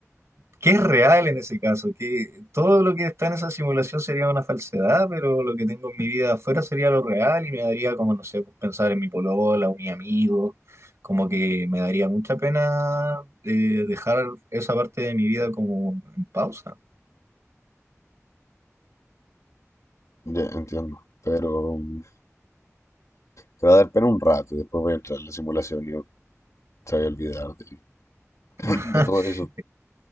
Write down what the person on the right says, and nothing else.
que es real en ese caso? Que todo lo que está en esa simulación sería una falsedad, pero lo que tengo en mi vida afuera sería lo real y me daría como, no sé, pues, pensar en mi polola o mi amigo, como que me daría mucha pena eh, dejar esa parte de mi vida como en pausa.
<laughs>